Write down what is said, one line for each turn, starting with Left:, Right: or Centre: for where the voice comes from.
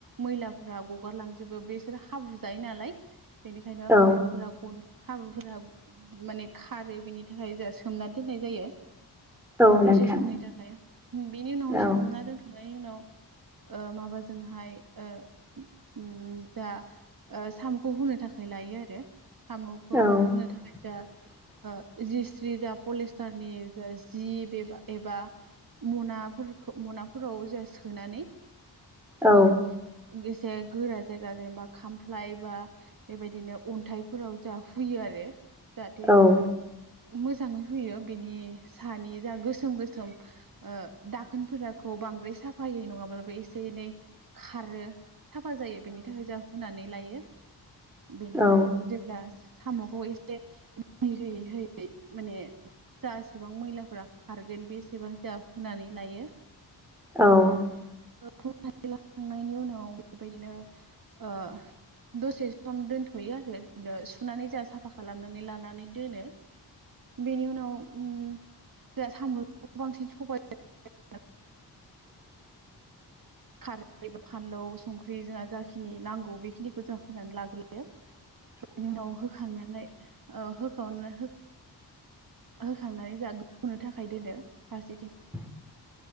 Right: मैलाफोरा गगारलांजोबो, बिसोर हाब्रु जायो नालाय बेनिखायनो
Centre: औ
Right: हाब्रुफोरा गन हाब्रुफोरा माने खारो बेनि थाखाय जोहा सोमना दोननाय जायो।
Centre: औ
Right: दसे
Centre: नोंथां
Right: समनि थाखाय बेनि उनाव
Centre: औ
Right: सोमना दोनखांनायनि उनाव ओ माबाजोंहाय ओ ओम जा साम'खौ हुनो थाखाय लायो आरो साम'खौ
Centre: औ
Right: हुनो थाखाय जा
Centre: औ
Right: ओ जिस्रि जा पलिस्टारनि जा जि एबा म'नाफोर खो म'नाफोराव जा सोनानै
Centre: औ
Right: ओम <unintelligible> जे गोरा जायगा जेनेबा खामफ्लाय बा बेबायदिनो अन्थाइफोराव जा हुयो आरो। जाथे
Centre: औ
Right: मोजाङै फैयो बेनि सानि जा गोसोम गोसोम ओ दाखोनफोराखौ। बांद्राय साफायै नङाब्लाबो एसे एसे एनै खारो साफा जायो बेनि थाखाय जा हुनानै लायो। बेनि
Centre: औ
Right: उनाव जेब्ला साम'खौ एसे दै होयै होयै माने जा इसेबां मैलाफोरा खारगोन। बेसेबां जाहा फुनानै लायो।
Centre: औ
Right: फथ <unintelligible> लाखांनायनि उनाव बेबायदिनो ओ। दसे सम दोनथ'यो आरो सुनानै जों साफा खालामनानै लानानै दोनो बेनि उनाव ओ जोंहा सामुखौ बांसिन सबायजों।
Centre: आ <inaudible>
Right: खारै बा फानलौ संख्रि जोंहा जाखिनि नांगौ बेखिनिखौ जाहा होनानै लाग्रोयो।
Centre: <inaudible>
Right: बिनि उनाव होखांनानै ओ होखांनानै होखांनानै जाहा गोदौनो थाखाय दोनो फारसेथिं।
Centre: औ